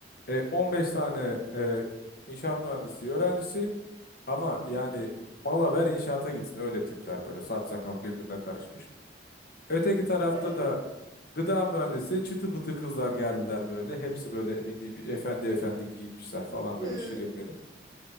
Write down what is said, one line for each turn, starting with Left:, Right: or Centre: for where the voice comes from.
Left: e, 15 tane e, inşaat mühendisliği öğrencisi ama
Right: Hı.
Left: yani mala ver inşaata gitsin öyle tipler böyle saç sakal birbirine karışmış. Öteki tarafta
Right: Ee,
Left: da gıda mühendisi çıtı pıtı kızlar geldiler böyle. Hepsi böyle emin efendi efendi giyinmişler falan
Right: hı.
Left: böyle şirin benim.